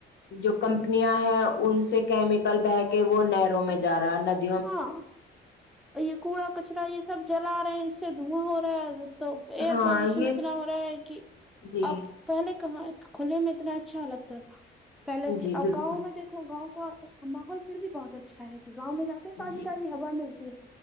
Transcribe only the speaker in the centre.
ہاں اور یہ کوڑا کچرا یہ سب جلا رہے ہیں اس سے دھواں ہو رہا ہے تو ایئر
پولوشن
اتنا ہو رہا ہے کہ
اب پہلے کہاں کھلنے میں اتنا اچھا لگتا تھا پہلے
گاؤں میں گاؤں کا ماحول پھر بھی بہت اچھا ہے کہ گاؤں میں جاتے ہیں تازی
تازی ہوا ملتی ہے